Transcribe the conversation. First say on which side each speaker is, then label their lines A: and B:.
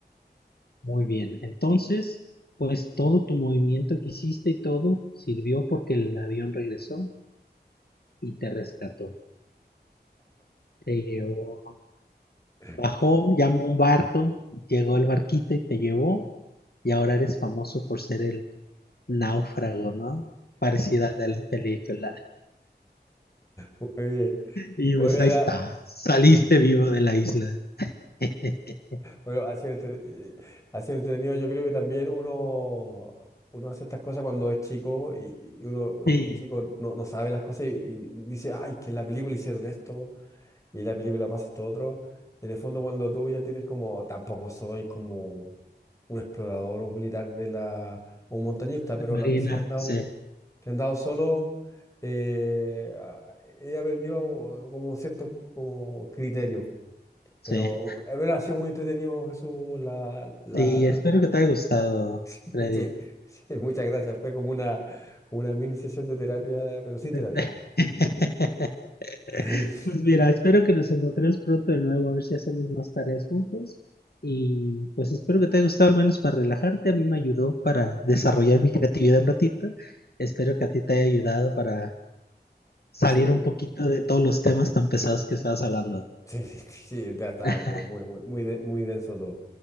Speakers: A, on the left; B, on the left.
A: Muy bien. Entonces, pues todo tu movimiento que hiciste y todo sirvió porque el avión regresó y te rescató. Te llevó
B: <laughs>
A: Bajó, llamó un barco, llegó el barquito y te llevó, y ahora eres famoso por ser el náufrago, ¿no? Parecida a la de la película.
B: Muy bien.
A: Y
B: Muy
A: pues
B: bien,
A: ahí está, saliste vivo de la isla. <laughs>
B: Bueno, ha sido, entre- eh, ha sido entretenido. Yo creo que también uno, uno hace estas cosas cuando es chico y, y uno
A: Sí,
B: es chico, no, no sabe las cosas y, y dice, ay, que en la película hicieron esto y en la película pasa esto otro. Y en el fondo, cuando tú ya tienes como, tampoco soy como un explorador o un militar de la, o un montañista, pero
A: la Marina,
B: las veces que he andado,
A: sí,
B: que he andado solo, eh, a- he aprendido como cierto como criterio. Pero
A: sí.
B: eh, bueno, ha sido muy entretenido, Jesús. La, la...
A: Sí, espero que te haya gustado,
B: <laughs>
A: Freddy.
B: Sí, sí, muchas gracias. Fue como una, como una mini sesión de terapia, pero sin
A: <laughs>
B: terapia. <laughs>
A: Pues mira, espero que nos encontremos pronto de nuevo, a ver si hacemos más tareas juntos. Y pues espero que te haya gustado al menos para relajarte. A mí me ayudó para desarrollar mi creatividad un ratito. Espero que a ti te haya ayudado para salir
B: Sí,
A: un poquito de todos los temas tan pesados que estabas hablando.
B: sí, sí, sí, ya estaba
A: <laughs>
B: como muy, muy, muy, de- muy denso todo.